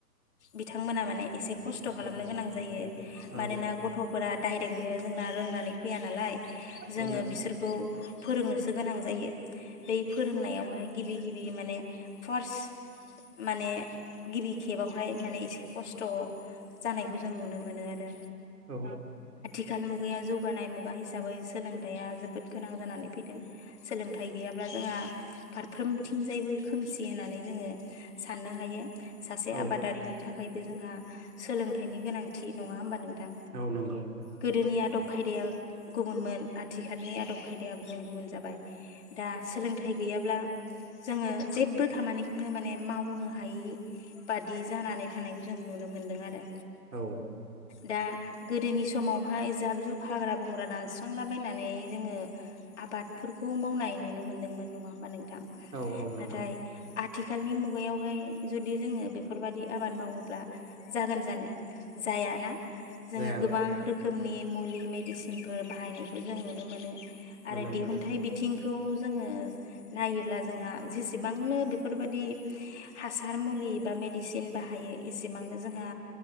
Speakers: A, on the left (about 45°); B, on the right (about 70°).
A: बिथांमोना माने एसे खस्थ' खालामनो गोनां जायो
B: औ
A: मानोना गथ'फोरा डाइरेक्टनो जोंना रोंनानै फैया नालाय जोङो
B: औ
A: बिसोर खौ फोरोंनोसो गोनां जायो बै फोरोंनायावहाय गिबि गिबि माने फार्स्ट माने गिबि खेबावहाय माने एसे खस्थ' जानायखौ जों नुनो मोनो आरो।
B: औ
A: थिखाल मुगाया जौगानाय मुगा हिसाबै सोलोंथाइया जोबोद गोनां जानानै फैदों। सोलोंथाइ गैयाब्ला जोंहा फारफ्रोमथिंजायबो खोमसि होननानै जोङो साननो हायो। सासे
B: औ
A: आबादारिनि थाखा खायबो जोंहा सोलोंथाइनि गोनांथि नङा होमबा नों थां
B: औ नंगौ
A: गोदोनि आ दब खायदाया गुबुनमोन आथिखालनि आदब खायदाया गुबुन गुबुन जाबाय दा सोलोंथाइ गैयाब्ला जोङो जेबो खामानिखौनो माने मावनो हायि बादि जानानै थानायखौ जों नुनो मोन्दों आरो।
B: औ
A: दा गोदोनि समावहाय जाब जुब हाग्रा बंग्रा दानस्रांलाबायनानै जोङो आबादफोरखौ मावनाय नुनो मोनदोंमोन नङा होमबा नों थां
B: औ औ नंगौ
A: नाथाय आथिखालनि मुगायावहाय जुदि जोङो बेफोरबादि आबाद मावोब्ला जागोन जानो? जायाना जोङो
B: जाया
A: गोबां रोखोमनि मुलि मेडिसिनफोर बाहायनायखौ जों नुनो मोनो।
B: नुनो
A: आरो
B: मोनदों
A: दिहुनथाइ बिथिं खौ जोङो नायोब्ला जोंहा जेसेबांनो बेफोरबादि हासार मुलि बा मेडिसिन बाहायो एसेबांनो जोंहा